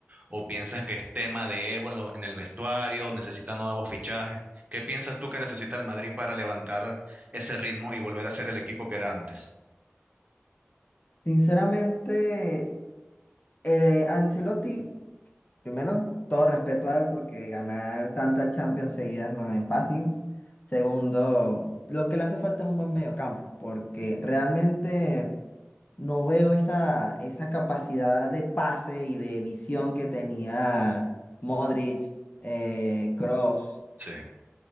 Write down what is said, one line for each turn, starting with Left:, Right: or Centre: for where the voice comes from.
Right: ¿O piensas que es tema de ego en, lo- en el vestuario, necesita nuevos fichajes? ¿Qué piensas tú que necesita el Madrid para levantar ese ritmo y volver a ser el equipo que era antes?
Left: Sinceramente, eh, Ancelotti Primero, todo respeto a él porque ganar tantas Champions seguidas no es fácil. Segundo, lo que le hace falta es un buen mediocampo porque realmente no veo esa, esa capacidad de pase y de visión que tenía Modric, eh, Kroos,
Right: Sí.